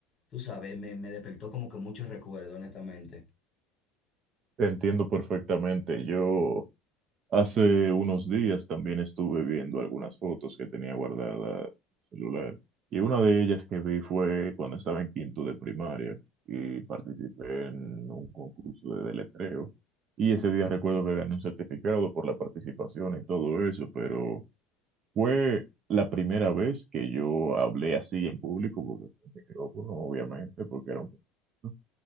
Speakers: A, on the left; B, on the right.
A: tú sabes, me, me despertó como que muchos recuerdos, honestamente.
B: Te entiendo perfectamente. Yo hace unos días también estuve viendo algunas fotos que tenía guardada en el celular y una de ellas que vi fue cuando estaba en quinto de primaria y participé en un concurso de deletreo y ese día recuerdo que gané un certificado por la participación y todo eso, pero fue la primera vez que yo hablé así en público porque con micrófono, obviamente, porque era un concurso.